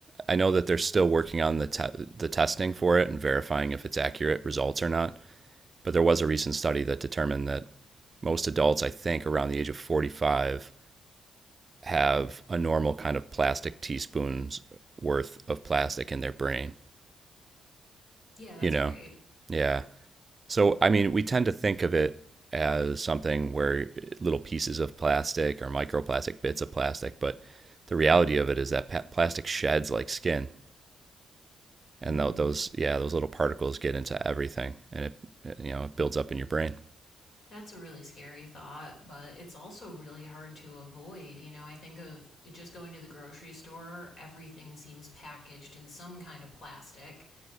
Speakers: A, on the right (about 40°); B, on the left (about 65°).
A: I know that they're still working on the te- the testing for it and verifying if it's accurate results or not. But there was a recent study that determined that most adults, I think, around the age of 45 have a normal kind of plastic teaspoons worth of plastic in their brain,
B: Yeah, that's
A: you know?
B: great.
A: Yeah. So, I mean, we tend to think of it as something where little pieces of plastic or microplastic bits of plastic, but the reality of it is that pa- plastic sheds like skin,
B: <laughs>
A: and
B: mm,
A: tho- those yeah, those little particles get into everything, and it you know it builds up in your brain.
B: that's a really scary thought, but it's also really hard to avoid. You know, I think of just going to the grocery store, everything seems packaged in some kind of plastic